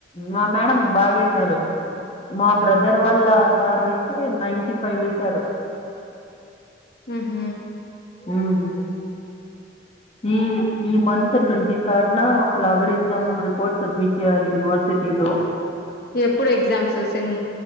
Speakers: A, on the left; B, on the left.
A: మా మాడం బాగేశారు మా బ్రదర్ వాళ్ళ సార్వయితే నైన్టీ ఫైవ్ ఏసారు
B: ఉమ్
A: ఉమ్ ఈ ఈ మంత్ ట్వంటీ థర్డ్ నా ప్లవరిజం రిపోర్ట్ సబ్మిట్ చేయాలి యూనివర్సిటీ లో
B: ఎప్పుడు ఎగ్జామ్స్ సెమ్